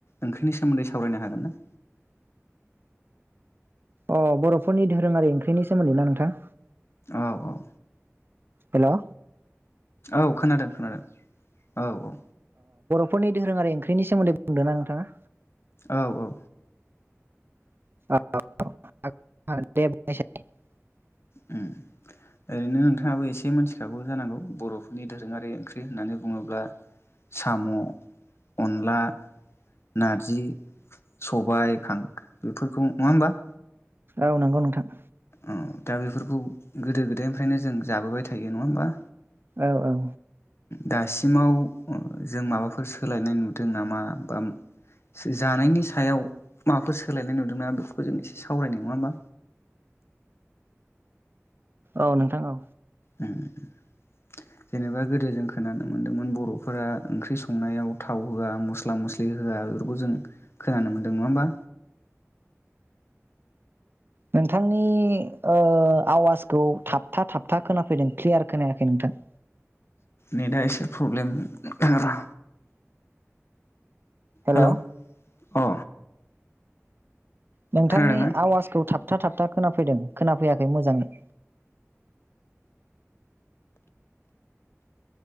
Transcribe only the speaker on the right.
अ बर'फोरनि धोरोङारि ओंख्रिनि सोमोन्दै ना नोंथां?
हेलौ
फोरनि धोरोङारि ओंख्रिनि सोमोन्दै बुंदों ना नोंथाङा?
<unintelligible>
औ नंगौ नोंथां।
औ औ
औ नोंथां औ।
नोंथांनि ओ आवाजखौ थाबथा थाबथा खोनाफैदों क्लियार खोनायाखै नोंथां।
हेल'
नोंथांनि
आवाजखौ थाब था थाबथा खोनाफैदों खोनाफैयाखै मोजाङै।